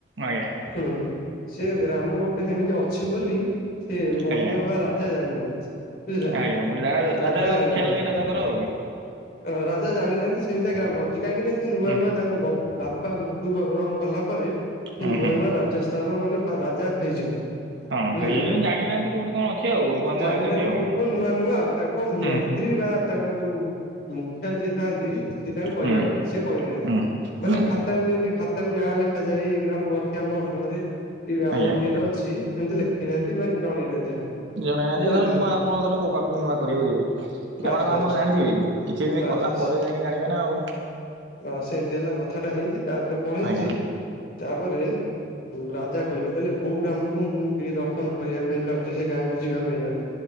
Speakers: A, on the right; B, on the left.
A: ଆଜ୍ଞା ଆଜ୍ଞା।
B: ଶୁଣନ୍ତୁ ସେ ଗ୍ରାମ ଗୋଟେ ସେମିତି ଅଛି ବୋଲି ସେ ମହିମା
A: ଆଜ୍ଞା
B: ବା ରାଜା ଜାଣିନାହାନ୍ତି। ବୁଝିଲେ ନା
A: ଆଜ୍ଞା ମୁଁ ଯା
B: ରାଜା
A: ଆଉ
B: ଜାଣିନାହାନ୍ତି।
A: ଖିଆଲ ନାହିଁ ରାଜାଙ୍କର ଆଉ।
B: ଅ ରାଜା ଜାଣିନାହାନ୍ତି ସେମିତିଆ ଗ୍ରାମ ଅଛି କାହିଁକି ନା ସେ ନୂଆ
A: ହୁଁ
B: ନୂଆ ତାଙ୍କ ବ ବାପା ମୃତ୍ୟୁ ବରଣ କଲା ପରେ ସେ
A: ଉଁ
B: ନୂଆ
A: ହୁଁ
B: ନୂଆ ରାଜ ସ୍ଥାନ ମାନେ ବା ରାଜା ହେଇଛନ୍ତି।
A: ହଁ
B: ବୁଝିଲେ
A: ହେଇଯାଇଛନ୍ତି
B: ନା
A: ଜାଣିନାହାନ୍ତି କୋଉଠି କଣ ଅଛି ଆଉ ନୂଆ ନୂଆ
B: ଜାଣିନାହାନ୍ତି
A: ହେଇଛନ୍ତି ଆଉ।
B: କୋଉଠି କଣ ନୂଆ ନୂଆ ଆଉ ତା କ ମନ୍ତ୍ରୀ
A: ହୁଁ ହୁଁ
B: ବା ତାଙ୍କ ଯୋଉ ମୁଖିଆ ଯିଏ ଥାନ୍ତି ସିଏ ତାଙ୍କୁ କହିବା
A: ହୁଁ
B: କଥା ସିଏ କହିନାହାନ୍ତି।
A: ହୁଁ
B: ମାନେ
A: ହୁଁ
B: ଖାତାକୁ ଯେମିତି ଖାତାକୁ ନାଁ ଲେଖାଯାଏ ଗ୍ରାମ ଅଛି ଆମ ଅଣ୍ଡରେ। ଏ ଆମ
A: ଆଜ୍ଞା
B: ଇଏରେ ଅଛି ସେମିତି ଲେଖେଇ ନାହାନ୍ତି ମାନେ ଜଣେଇନାହାନ୍ତି ତାଙ୍କୁ।
A: ଜଣେଇନାହାନ୍ତି
B: ବୁଝିଲେ
A: ଏ ସ ନୂଆ
B: ନା
A: ଆପଣର କଉ କକୁ ନୂଆ କରିବାକୁ ଯିବେ କ
B: ବାସ୍
A: କଣ କଣ
B: ବାସ୍
A: ଆପଣ ଜାଣିଥିବେ କି? କିଛି ଦିନ
B: ବାସ୍
A: କଲା
B: ବାସ୍
A: ପରେ ଯାଇକି ଜାଣିବେ ନା ଆଉ।
B: ହଁ ସେମିତି ହେଲା କଥାଟା ହେଇଛି ତାପରେ କଣ ହେଇଛି
A: ଆଜ୍ଞା
B: ତାପରେ ହୁଁ ରାଜା କହିଲେ କହିଲେ କୋଉ ଗ୍ରାମକୁ ମୁଁ ଟିକେ ଦର୍ଶନ କରିବା ପାଇଁ ଚାହୁଁଛି ସେ ଗାଁ କକୁ ଯିବା ପାଇଁ ଚାହୁଁଛି।